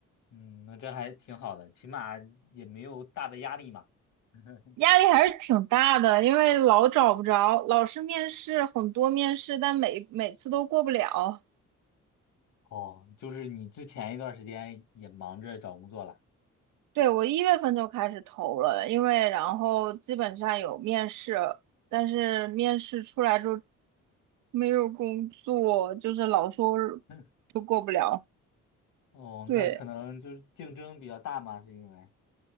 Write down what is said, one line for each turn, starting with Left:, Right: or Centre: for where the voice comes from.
Left: 嗯，那这还挺好的，起码也没有大的压力嘛。<laughs>
Right: 压力还是挺大的，因为老找不着，老是面试很多面试，但每每次都过不了。
Left: 哦，就是你之前一段时间也忙着找工作了。
Right: 对，我一月份就开始投了，因为然后基本上有面试，但是面试出来之后没有工作，就是老说
Left: <laughs>
Right: 都过不了。
Left: 哦，
Right: 对。
Left: 那可能就是竞争比较大嘛，是因为，